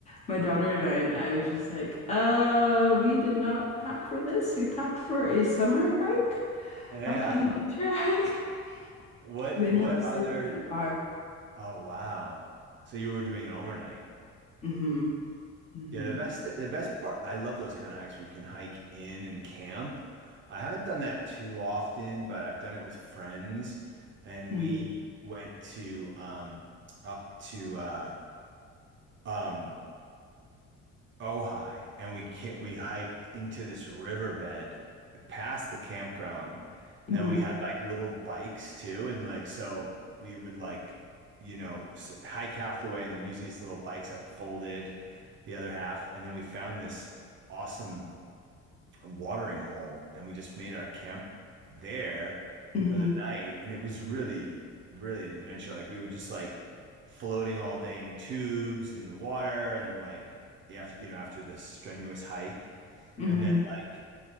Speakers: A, on the left; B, on the right.
A: my daughter and I, and I was just like, uh, we did not pack for this. We packed for a summer hike,
B: Yeah.
A: not a winter hike. <laughs>
B: What
A: We ended
B: what
A: up sleeping
B: other
A: in the car.
B: oh wow. So you were doing it overnight.
A: Mm-hmm. Mm-hmm.
B: Yeah, the best the best part I love those kind of hikes where you can hike in and camp. I haven't done that too often, but I've done it with friends and
A: Mm-hmm.
B: we went to um up to uh um Ojai and we can we hiked into this riverbed past the campground
A: Mm-hmm.
B: And we had like little bikes too. And like, so we would like, you know, s- hike half the way and then use these little bikes that folded the other half. And then we found this awesome watering hole and we just made our camp there
A: Mm-hmm.
B: for the night. And it was really, really an adventure. Like, we were just like floating all day in tubes in the water. And then, like, after, you know, after this strenuous hike.
A: Mm-hmm.
B: And then, like,